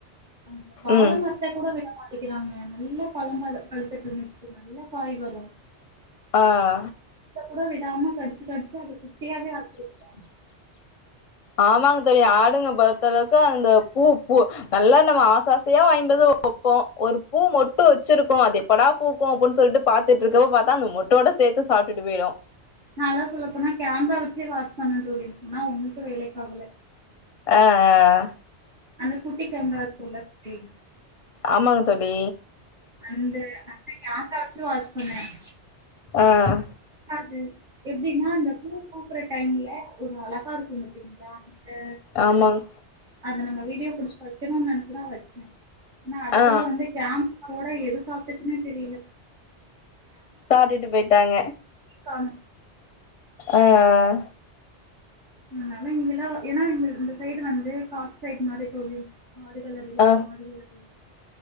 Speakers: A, on the right; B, on the left.
A: அந்த வாழ
B: ம்
A: மரத்த கூட விடா மாட்டிக்கிறாங்க நல்ல பழோதா அது பழுத்துட்டு இருந்துச்சு நல்ல காய் வரும்
B: ஆ ஆ
A: கூட விடாம கடிச்சு கடிச்சு அத குட்டியாவே ஆக்கிட்டாங்க
B: ஆமாங்க தோழி ஆடுங்க பொறுத்த அளவுக்கு அந்த பூ பூ நல்லா நம்ம ஆச ஆசாசையா வாங்கிட்டு வந்து வைப்போம் ஒரு பூ மொட்டு வச்சிருக்கு அது எப்படா பூக்கும் அப்டின் சொல்லிட்டு பாத்துட்டு இருக்கப்ப பாத்தா அந்த மொட்டோட சேத்து சாப்டுட்டு போயிடும்
A: நாலா சொல்லப்போனா கேமரா வச்சே வாட்ச் பண்ணணு தோழி ஆனா ஒண்ணுக்கு வேலைக்கு ஆகல
B: ஆஹ ஆஹ
A: அந்த குட்டிக்கு அங்க இருக்குல எப்டினு
B: ஆமாங்க தோழி
A: வந்து அன்னிக்கு ஆக்க வச்சு வாட்ச் பண்ணேன்
B: ஆஹ
A: அது எப்டின்னா அந்தக் பூ பூக்குற டைம்ல ஒரு அழகா இருக்கும் பாத்திங்களா அத
B: ஆமாங்
A: அத நம்ம வீடியோ புடிச்சு வைக்கணுனு நெனைச்சு‌தா வச்சே ஆனா அதுக்குள்ள
B: ஆ
A: வந்து கேமராவோட எ எது சாப்ட்டுச்சுனே தெரில
B: சாப்டுட்டு போயிட்டாங்க
A: காணு
B: ஆ அ
A: அதனால இங்கெல்லா ஏனா இந்த சைடு வந்து காட்டு சைடு மாரி தோழி ஆடுகள் அதிகோ
B: ஆ
A: மாடுகள் அதிகோ